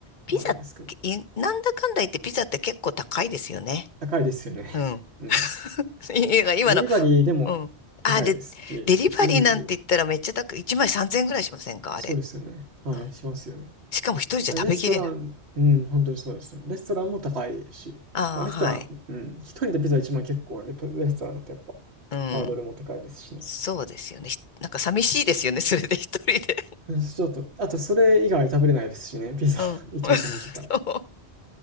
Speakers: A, on the left (about 50°); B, on the right (about 70°).
A: ピザ、
B: わかんないんですけど。
A: いなんだかんだ言ってピザって結構高いですよね。
B: 高いですよね。<laughs>
A: うん。
B: うん。
A: <laughs> いや今の、
B: デリバリーでも高いですし、
A: うん。あ、で、デリバリーなんて言ったらめっちゃ高い。
B: うん。
A: 1枚3000円ぐらいしませんかあれ。
B: そうですよね。はい。
A: うん。
B: しますよね。
A: しかも一人じゃ食べきれない。
B: レストラン、うん、本当にそうですね。レストランも高いし、
A: ああ、
B: まあ、レストラン、
A: はい。
B: うん、一人でピザ1万結構レ、レストランだとやっぱ、
A: うん。
B: ハードルも高いですしね。
A: そうですよね。ひなんか寂しいですよね。<laughs> それで一人で。
B: <laughs> うんちょっと、あとそれ以外食べれないですしね、ピザ
A: うん。
B: <laughs> 1万頼んじゃったら。
A: <laughs> そう。